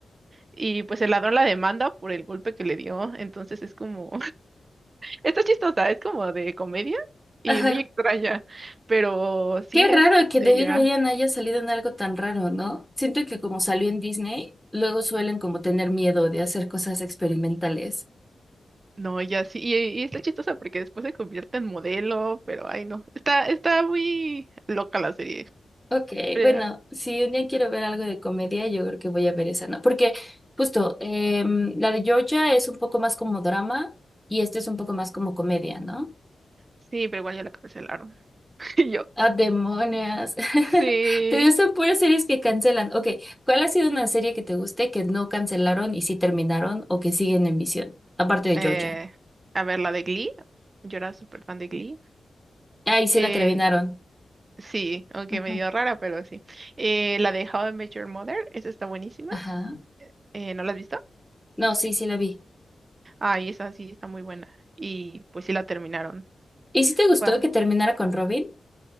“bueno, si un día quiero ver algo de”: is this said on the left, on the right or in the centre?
Centre